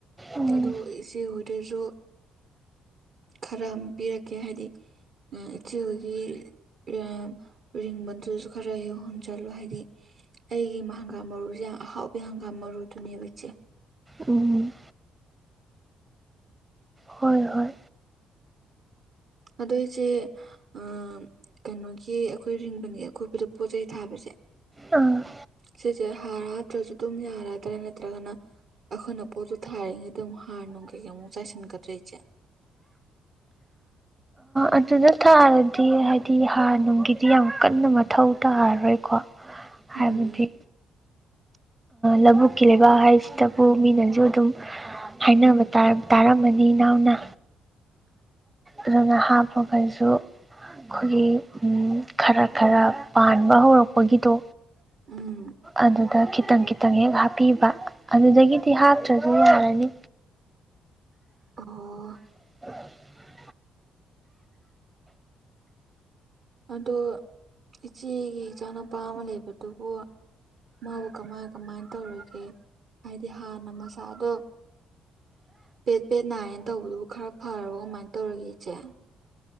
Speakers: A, on the right; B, on the right.
A: ꯎꯝ
B: ꯑ ꯏꯆꯦꯍꯣꯏꯗꯁꯨ ꯈꯔ ꯑꯃ ꯄꯤꯔꯛꯀꯦ ꯍꯥꯏꯗꯤ ꯑ ꯏꯆꯤ ꯍꯧꯒ ꯑ ꯔꯤꯡꯕꯗꯨꯁꯨ ꯈꯔ ꯍꯎꯧꯍꯟ ꯆꯠꯂꯨ ꯍꯥꯏꯗꯤ ꯑꯩꯒꯤ ꯍꯪꯒꯥꯝ ꯃꯔꯨꯁꯦ ꯌꯥꯝ ꯑꯍꯥꯎꯕ ꯍꯪꯒꯥꯝ ꯃꯔꯨꯗꯨꯅꯦꯕ ꯏꯠꯆꯦ
A: ꯎꯝ ꯍꯣꯏ ꯍꯣꯏ
B: ꯑꯗꯨꯗꯏꯁꯦ ꯑ ꯀꯩꯅꯣꯒꯤ ꯑꯩꯈꯣꯏ ꯔꯤꯡꯕꯒꯤ ꯑꯀꯣꯏꯕꯗ ꯄꯣꯠꯆꯩ ꯊꯥꯕꯁꯦ
A: ꯑꯝ
B: ꯁꯤꯁꯦ ꯍꯥꯔ ꯍꯥꯠꯇ꯭ꯔꯁꯨ ꯑꯗꯨꯝ ꯌꯥꯔꯗ꯭ꯔꯥ ꯅꯠꯇ꯭ꯔꯒꯅ ꯑꯩꯈꯣꯏꯅ ꯄꯣꯠꯇꯨ ꯊꯥꯔꯤꯉꯩꯗꯨꯛ ꯍꯥꯔ ꯅꯨꯡ ꯀꯩꯀꯩꯃꯨꯛ ꯆꯥꯏꯁꯤꯟꯒꯗ꯭ꯔꯔꯤ ꯏꯆꯦ
A: ꯑꯗꯨꯗ ꯊꯥꯔꯗꯤ ꯍꯥꯏꯗꯤ ꯍꯥꯥꯟꯔ ꯅꯨꯡꯒꯤꯗꯤ ꯌꯥꯝ ꯀꯟꯅ ꯃꯊꯧ ꯇꯥꯔꯔꯣꯏꯀꯣ
B: ꯎꯝ
A: ꯍꯥꯏꯕꯨꯗꯤ ꯂꯧꯕꯨꯛꯀꯤ ꯂꯩꯕꯥꯛ ꯍꯥꯏꯁꯤꯗꯕꯨ ꯃꯤꯅꯁꯨ ꯑꯗꯨꯝ ꯍꯥꯏꯅꯕ ꯇꯥꯔꯝꯃꯅꯤ ꯏꯅꯥꯎꯅ ꯑꯗꯨꯅꯞ ꯑꯩꯈꯁꯨ ꯑꯩꯈꯣꯏꯒꯤ ꯈꯔ ꯈꯔ ꯄꯥꯟꯕ ꯍꯧꯔꯛꯄꯒꯤꯗꯣ
B: ꯎꯝ
A: ꯑꯗꯨ ꯑ ꯈꯤꯇꯪ ꯈꯤꯇꯪ ꯍꯦꯛ ꯍꯥꯞꯄꯤꯕ ꯑꯗꯨꯗꯒꯤꯗꯤ ꯍꯥꯞꯇ꯭ꯔꯁꯨ ꯌꯥꯔꯅꯤ
B: ꯑꯣ
A: <unintelligible>
B: ꯑꯗꯣ ꯏꯆꯦꯒꯤ ꯏꯆꯥ ꯅꯨꯄꯥ ꯑꯃ ꯂꯩꯕꯗꯨꯕꯨ ꯃꯥꯕꯨ ꯀꯃꯥꯏ ꯀꯃꯥꯏ ꯇꯧꯔꯒꯦ ꯍꯥꯏꯗꯤ ꯍꯥꯟꯅ ꯃꯆꯥꯥꯗꯣ ꯄꯦꯠ ꯄꯦꯠ ꯅꯥꯏꯌꯦꯅ ꯇꯧꯕꯗꯨꯕꯨ ꯈꯔ ꯐꯔꯣ ꯀꯃꯥꯏꯅ ꯇꯧꯔꯒꯦ ꯏꯆꯦ